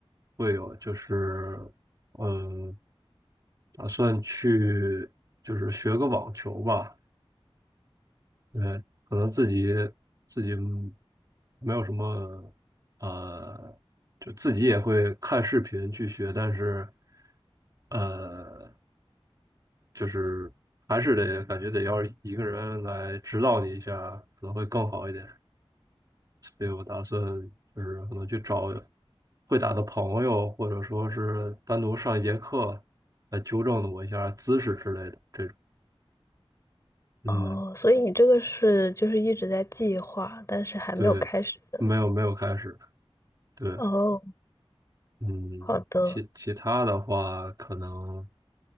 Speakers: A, on the right (about 35°); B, on the left (about 30°).
A: 会有，就是，呃，打算去，就是学个网球吧，对，可能自己自己没有什么，呃，就自己也会看视频去学，但是，呃。就是还是得感觉得要一个人来指导你一下，可能会更好一点。所以我打算就是可能去找会打的朋友，或者说是单独上一节课来纠正我一下姿势之类的这种。嗯，
B: 哦，所以你这个是就是一直在计划，但是还没有开始的。
A: 对，没有没有开始。对，
B: 哦，
A: 嗯，
B: 好的，
A: 其其他的话可能